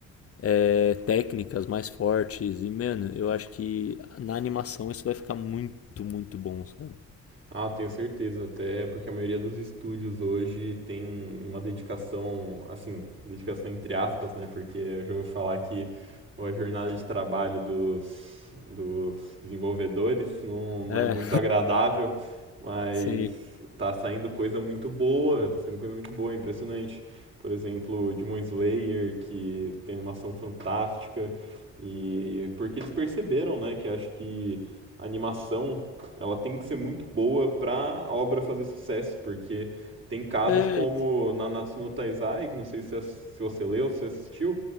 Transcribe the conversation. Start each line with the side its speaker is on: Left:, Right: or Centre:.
Left: é, técnicas mais fortes. E, mano, eu acho que na animação isso vai ficar muito, muito bom, sabe?
Right: Ah, tenho certeza, até porque a maioria dos estúdios hoje tem uma dedicação, assim, dedicação entre aspas, né? Porque eu já ouvi falar que a jornada de trabalho dos, dos desenvolvedores não, não
Left: É,
Right: é muito agradável, mas
Left: sim.
Right: tá saindo coisa muito boa, tá saindo coisa muito boa, é impressionante. Por exemplo, Demon Slayer, que tem animação fantástica, e porque eles perceberam, né, que acho que a animação ela tem que ser muito boa pra a obra fazer sucesso, porque tem casos
Left: É,
Right: como Nanatsu no Taizai, que não sei se, se você leu, se assistiu,